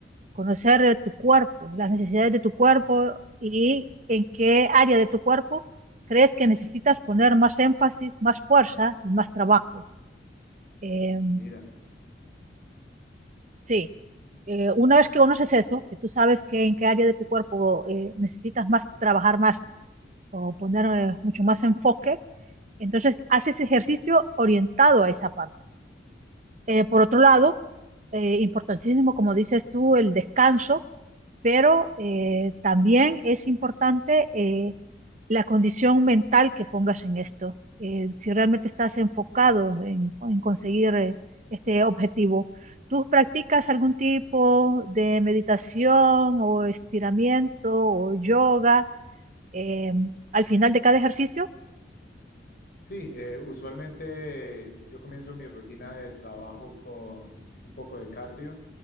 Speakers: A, on the right; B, on the left.
A: conocer eh, tu cuerpo, las necesidades de tu cuerpo y en qué área de tu cuerpo crees que necesitas poner más énfasis, más fuerza y más trabajo. Eh,
B: Mira,
A: sí, Eh, una vez que conoces eso, que tú sabes que en qué área de tu cuerpo eh, necesitas más trabajar más o poner eh, mucho más enfoque. Entonces, haces ejercicio orientado a esa parte. Eh, por otro lado, eh, importantísimo, como dices tú, el descanso, pero eh, también es importante eh, la condición mental que pongas en esto. Eh, si realmente estás enfocado en, en conseguir eh, este objetivo, ¿tú practicas algún tipo de meditación o estiramiento o yoga eh, al final de cada ejercicio?
B: sí, eh, usualmente yo comienzo mi rutina de trabajo con un poco de cardio,